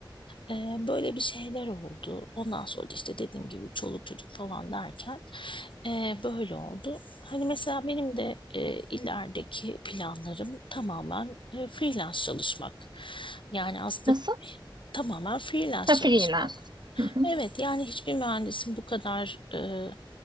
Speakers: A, on the left (about 75°); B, on the right (about 55°).
A: E, böyle bir şeyler oldu. Ondan sonra da işte dediğim gibi çoluk çocuk falan derken e, böyle oldu. Hani mesela benim de e, ilerideki planlarım tamamen e, freelance çalışmak. Yani aslında
B: Nasıl?
A: tamamen freelance
B: Ha,
A: çalışmak.
B: freelance. Hı hı.
A: Evet yani hiçbir mühendisin bu kadar e,